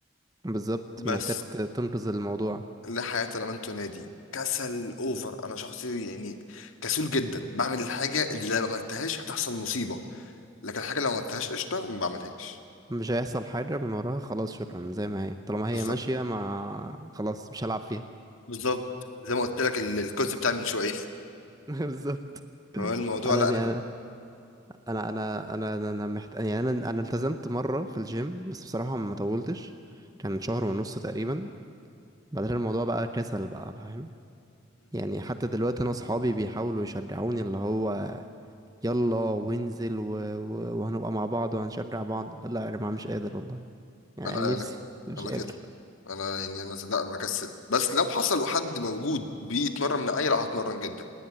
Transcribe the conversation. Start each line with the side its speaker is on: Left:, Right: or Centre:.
Right: بالظبط
Left: بس
Right: محتاج ت- تنقذ الموضوع
Left: لا حياه لمن تنادي كسل اوفر انا شخص يعني كسول جدا بعمل الحاجه اللي لو ما عملتهاش هتحصل مصيبه لكن الحاجه اللي لو ما عملتهاش قشطه ما بعملهاش
Right: مش هيحصل حاجة من وراها خلاص شكرا زي ما هي طالما هي
Left: بالظبط
Right: ماشية ما خلاص مش هلعب فيها
Left: بالظبط زي ما قلت لك ال- الكونسيبت بتاع من شويه <laughs>
Right: <laughs> بالظبط
Left: فهو الموضوع
Right: انا
Left: لا
Right: انا
Left: انا
Right: انا انا انا انا أنا محت... يعني انا انا التزمت مرة في الجيم بس بصراحة ما طولتش كان شهر ونص تقريبا بعدين الموضوع بقى كسل بقى فاهم يعني حتى دلوقتي انا اصحابي بيحاولوا يشجعوني اللي هو يلا وانزل و... و... وهنبقى مع بعض وهنشجع بعض لا يا جماعة مش قادر والله يعني
Left: انا
Right: انا نفسي
Left: انا كده
Right: مش
Left: انا
Right: قادر
Left: كده انا يعني انا لا بكسل بس لو حصل وحد موجود بيتمرن معايا لا هتمرن جدا